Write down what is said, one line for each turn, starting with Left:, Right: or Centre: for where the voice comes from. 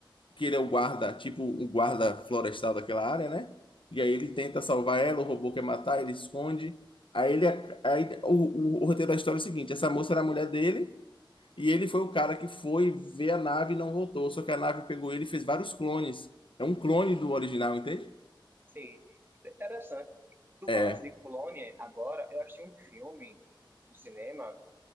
Left: que ele é o guarda, tipo o guarda florestal daquela área, né? E aí ele tenta salvar ela, o robô quer matar, ele esconde. Aí ele, aí o, o- o roteiro da história é o seguinte: essa moça era a mulher dele e ele foi o cara que foi ver a nave e não voltou. Só que a nave pegou ele e fez vários clones. É um clone do original, entende?
Right: Sim, interessante. Tu
Left: É.
Right: falaste de Colônia, agora eu achei um filme no cinema